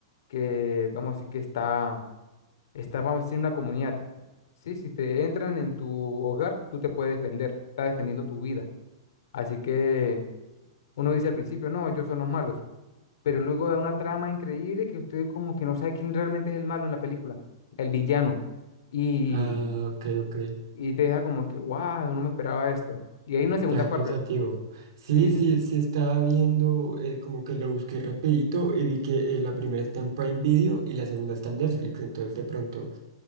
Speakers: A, on the left; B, on the right.
A: que, vamos a decir, que está, está, vamos a decir, en una comunidad. Sí, si te entran en tu hogar, tú te puedes defender, está defendiendo tu vida. Así que uno dice al principio, no, ellos son los malos, pero luego da una trama increíble que usted como que no sabe quién realmente es el malo en la película, el villano, y,
B: Ah, ok, ok.
A: y te deja como que, wow, no me esperaba esto. Y hay una segunda
B: Queda
A: parte.
B: pensativo. Sí,
A: Sí,
B: sí, sí estaba viendo, eh, como que lo busqué rapidito y vi que eh, la primera está en Prime Video y la segunda está en Netflix. Entonces de pronto,